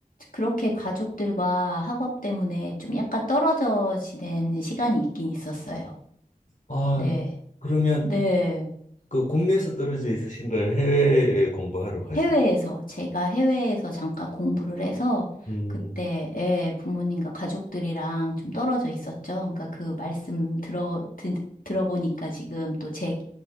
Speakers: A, on the left (about 80°); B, on the left (about 60°).
A: 그렇게 가족들과 학업 때문에 좀 약간 떨어져 지낸 시간이 있긴 있었어요.
B: 아,
A: 네.
B: 그러면
A: 네.
B: 그 국내에서 떨어져 있으신 걸 해외에 공부하러 가신
A: 해외에서, 제가 해외에서 잠깐 공부를 해서
B: 음.
A: 그때 예, 부모님과 가족들이랑 좀 떨어져 있었죠. 그러니까 그 말씀 들어, 드, 들어보니까 지금 또 제